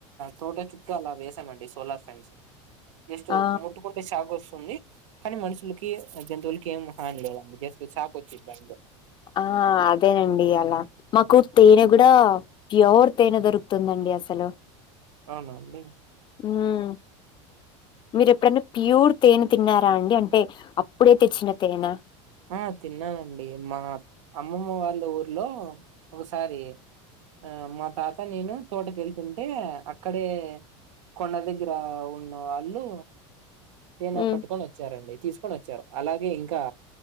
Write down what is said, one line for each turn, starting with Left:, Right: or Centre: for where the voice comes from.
Right: తోట చుట్టూ అలా వేసామండి సోలార్ ఫ్యాన్స్ జస్ట్
Left: ఆ
Right: ముట్టుకుంటే షాక్ వస్తుంది కానీ మనుషులకి జంతువులకి ఏం హాని లేదు అందుకే షాక్ వచ్చిది అంతె
Left: ఆ అదేనండి అలా మాకు తేనె గూడా ప్యూర్ తేనె దొరుకుతుందండి అసలు
Right: అవునా మీక్
Left: ఉమ్ మీరెప్పుడన్నా ప్యూర్ తేనె తిన్నారా అండి అంటే అప్పుడే తెచ్చిన తేన
Right: ఆ తిన్నానండి మా అమ్మమ్మ వాళ్ళ ఊర్లో ఒకసారి ఆ మా తాత నేను తోటకి వెళ్తుంటే అక్కడే కొండ దగ్గర ఉన్నవాళ్లు తేన
Left: ఉమ్
Right: పట్టుకొని వచ్చారండి తీసుకొని వచ్చారు అలాగే ఇంకా